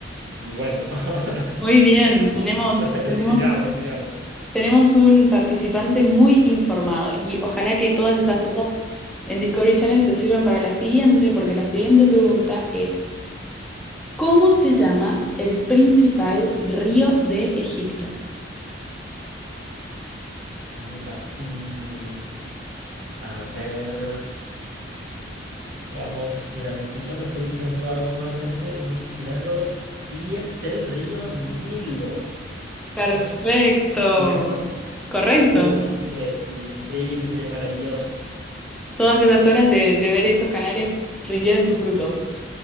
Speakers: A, on the right (about 70°); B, in the centre.
A: y bueno, <laughs>
B: Muy bien,
A: em,
B: tenemos, tenemos,
A: <laughs> sigamos, sigamos.
B: tenemos un participante muy informado y ojalá que todas esas horas en Discovery Channel te sirvan para la siguiente, porque la siguiente pregunta es, ¿cómo se llama el principal río de Egipto?
A: Mira, mm, a ver, vamos, mira, mi intuición me está diciendo algo nuevamente muy claro y es el río Nilo.
B: Perfecto,
A: ¿Es, es- es cierto?
B: correcto.
A: Uy, no, increíble, increíble, increíble, maravilloso.
B: Todas esas horas de, de ver esos canales rindieron sus frutos,